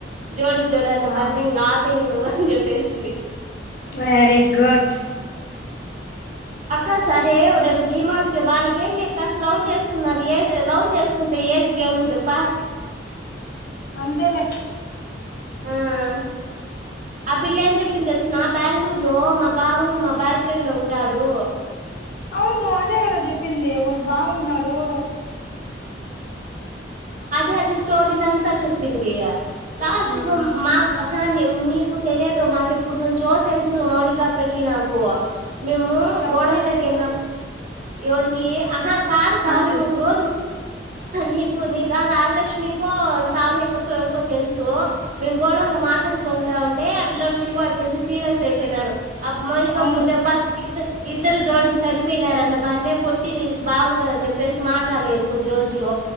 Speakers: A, on the right; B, on the left.
A: జోడి జోడని
B: ఆ
A: పట్నే ఇంగ ఆపేయి నువ్వు అని చెప్పేసింది
B: వెరీ గుడ్
A: అక్క సరే రేపు డిమార్టు కి వాళ్ళకెం ఏం లేక్క లవ్ చేసుకున్నారు ఏ లవ్ చే చేసుకుంటే ఏజ్ కేమని చెప్ప
B: అంతే లె
A: మ్మ్ ఆ పిల్ల ఏం జెప్పింది దేల్సునా బ్యాగుళూరులో మా బావను మా బాయ్ ఫ్రెండు ఉండాడూ.
B: ఔను అదె కద జెప్పింది వాల్ బావ వున్నాడు.
A: అదె అది స్టోరీలంత చెప్పిందీ. లాస్ట్
B: ఆ
A: కు మాక్ అహ ని నీక్ నీకు తెలియదు మాకెప్పుడు నుంచో తెల్సు మౌనిక అక్కకి నాకు మేమూ
B: మరి చెప్పనే
A: గోడౌన్ లోకి
B: లేదు
A: ఎళ్ళినామ్ ఏవురికి ఆహ కాదు కా
B: నాకు
A: మేమ్ ఒక రోజు నీకు నీకు కాదు ఆదిలక్ష్మికో శ్రావణిక్కకొ ఏవరికో తెలుసు మేం గోడౌన్ లో మాట్లాడుకుంటా ఉంటే ఏ అపిల్లోడు శివ వచ్చేసి సీరియస్ అయ్ పోయ్నారు అబ్ మౌనికక్క
B: అవును
A: ఉల్య బ్బ ఇద్దర్ ఇద్దరు జోడీలు సరిపోయినారన్న బాట్నె పొట్టి నీది బాగుండదని జెప్పేసి మాట్లాడలేదు కొద్ది రోజులు